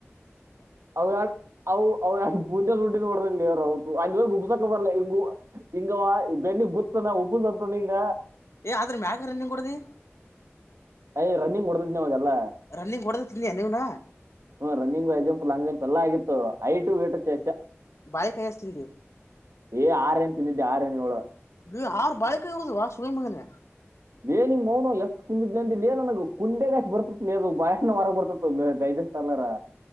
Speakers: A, on the right (about 75°); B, on the left (about 80°).
A: ಅವ ಅವು ಅವ ಪೂಜ ದುಡ್ಡ ಕೊಡ್ರಿಲ್ಲ ಅವ ಅಲ್ಲಿ ಗುಬ್ಸ ಬರಲಂಗ ಹಂಗ ಬೆನ್ನಿ ಬುತ್ತನ ಉಬ್ಬಸಂತಂಗ
B: ಏ ಆದ್ರ ಮಾಗ ರನ್ನಿಂಗ್ ಕೊಡದಿ
A: ಅಯ್ ರನ್ನಿಂಗ್ ಕೊಡತದ್ ನೀವಾಗಲ್ಲ
B: ರನ್ನಿಂಗ್ ಕೊಡದ ತಿಂದಯಾ ನೀವ್ನ
A: ಹ್ಮ ರನ್ನಿಂಗ್ ವೈ ಜಂಪ್ ಲಾಂಗ್ ಜಂಪ್ ಎಲ್ಲಾ ಆಗಿತ್ತು ಐಟ ವಟು ಚೇಚ
B: ಬಾಯ ಕೈ ಅತಿ ನೀ
A: ಏ ಆರ ಏ್ಣ ತಿಂದಿದ್ದೆ ಆರನಳ
B: ಇ್ ಆರು ಬಾಳಿಕ ಇರುದುುವ ಸುಗೀ ಮಗನ
A: ಏನಿಮ ಮೌನು ಎಷ್ಟ ತಿಂದಿದ್ಂದಿಲ್ಲ ಏನ್ ನನಗ ಕುಂಡೆಗಷ್ಟ ಬರ್ತತ್ದು ಬಾಷ್ಣ ವರಗ್ ಬರ್ತತ್ೈ ತರ್ಲಾರಾ